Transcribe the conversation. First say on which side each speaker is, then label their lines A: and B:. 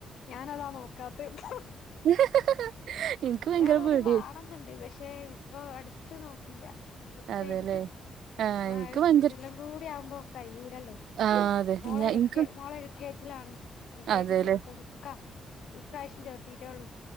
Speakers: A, on the left; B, on the right.
A: ഞാനത നോക്കാത്തെപ്പൊ
B: <unintelligible> എനിക്ക് ഭയങ്കര
A: ഒരാളൂ
B: പേടിയാ
A: ടിം വാണംന്ന്ണ്ട് പക്ഷെ ഇപ്പൊ അട്ത്ത് നോക്ണില്ല. കൊർച്ചഴിഞ്ഞിട്ട്
B: അതെല്ലേ
A: ആ
B: എനിക്ക്
A: <unintelligible>
B: ഭയങ്കര
A: കൂടി ആവുമ്പോ കയ്യൂലല്ലോ
B: ആ അതെ
A: മോള് എൽകെ
B: ഇൻക്ക്
A: മോളെ ൽക്കേജിയിലാണ് എ ൽക്കേജീല്
B: അതേല്ലേ
A: തൊട്ട് ടുക്ക ഇപ്രാവിശ്യം ചേർത്തീറ്റോള്ളൂ.